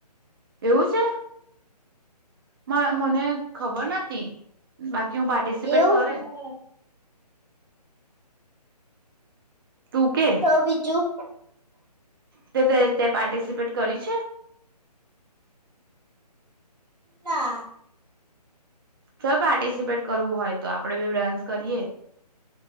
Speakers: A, on the right; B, on the right.
A: એવું છે? મા-મને ખબર નતી બાકી કું પાર્ટિસિપેટ
B: એવું
A: કરે. તું કે
B: તો બીજું?
A: ત-તે તે પાર્ટિસિપેટ કરી છે?
B: ના.
A: ચાલ પાર્ટિસિપેટ કરવું હોય તો આપડે બેવ ડાન્સ કરીએ.